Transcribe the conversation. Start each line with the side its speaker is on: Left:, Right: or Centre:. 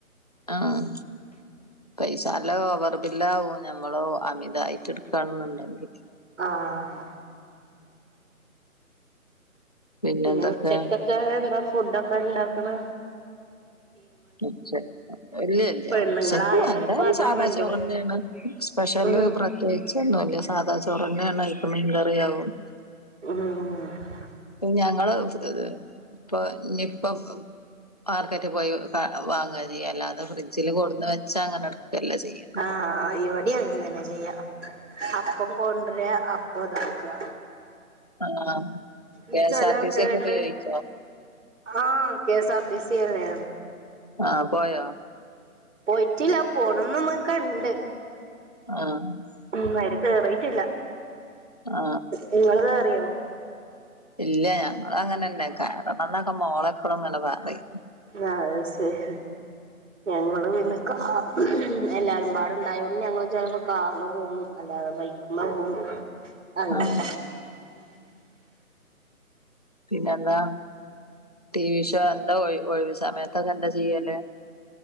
Left: ആഹ് പൈസ അല്ല അല്ലാതെ ഓവർ ബില്ലാവോ ഞമ്മള് അമിതായിട്ട് എടുക്കണെന്നുണ്ടെങ്കിൽ.
Right: ആ ആഹ്
Left: പിന്നെന്തൊക്കെ
Right: പിന്നെ ഉച്ചക്കൊക്കെ എന്താ ഫുഡൊക്കെ ഇണ്ടാക്കണ്.
Left: ഉച്ച ഇല്ല ഇല്ല
Right: പെണ്ണുങ്ങളായാലും
Left: ഉച്ചക്ക്‌ <unintelligible>
Right: ഇപ്പ അതാണല്ലോ
Left: സാദാ ചോറന്നാണ്. സ്പെഷ്യല്
Right: ഉം
Left: പ്രത്യേകിചോന്നുല്ല സാധാ ചോറ്ന്നെയാണ് ആയിക്ക് മീൻകറിയാവും.
Right: <inaudible>
Left: ഞങ്ങള് ഇപ്പൊ ഇനി ഇപ്പ മാർക്കറ്റ് പോയി വാങ്ങുവ ചെയ്യയ അല്ലാതെ ഫ്രിഡ്ജില് കൊടുന്ന് വെച്ചാ അങ്ങനെ എടുക്കത്തില്ല ചെയ്യ.
Right: ആഹ് ഇവിടേം അങ്ങനെതന്നെയാ ചെയ്യാ അപ്പം കൊണ്ടരാ അപ്പം ഇതാക്കുക.
Left: ആഹ് കേ
Right: ഈ
Left: എസ്
Right: ചെല
Left: ആർ
Right: ആൾക്കാരുണ്ട്
Left: ടി സി ഒക്കെ ഉപയോഗിക്കാം.
Right: ആഹ് K S R T C യല്ലേ.
Left: ആഹ് പോയൊ
Right: പോയിട്ടില്ല പോണംന്ന് നമ്മക്ക് ഇണ്ട്.
Left: ആഹ് <unintelligible>
Right: ഉം അയില് കേറിട്ടില്ല
Left: ആ
Right: നിങ്ങള് കേറിയോ
Left: ഇല്ല ഞങ്ങള് അങ്ങനെ തന്നെ കേറണന്നൊക്കെ മോളെപ്പോഴും ഇങ്ങനെ പറയും.
Right: ആഹ് അത് ശരി. ഞങ്ങള് പിന്നെ കാ എല്ലാരും പാടെയുണ്ടായതോണ്ട് ഞങ്ങള് ചെലപ്പോ. കാറില് പോവും അല്ലാതെ ബൈക്മേ പോവും അങ്ങനെ.
Left: ആ പിന്നെന്താ ടി വി ഷോ എന്താ ഒഴിവ് സമയത്തൊക്കെ എന്താ ചെയ്യല്.